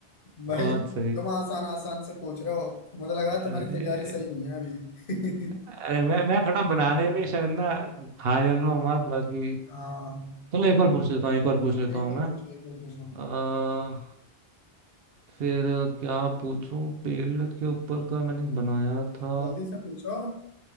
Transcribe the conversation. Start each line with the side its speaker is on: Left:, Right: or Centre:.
Left: भाई
Right: बहुत सही
Left: तुम आसान आसान से पूछ रहे हो मुझे लग रहा
Right: अरे,
Left: है तुम्हारी तैयारी सही नहीं है अभी
Right: अरे मैं मैं थोड़ा बनाने में शायद ना खा जा रहा हूँ मत बाकी
Left: <laughs> हाँ
Right: चलो एक और पूछ लेता हूँ एक और पूछ लेता
Left: एक
Right: हूँ मैं
Left: और पूछो एक और पूछो
Right: आ, फिर क्या पूछूं पेड़ के ऊपर का मैंने बनाया था
Left: जल्दी से पूछो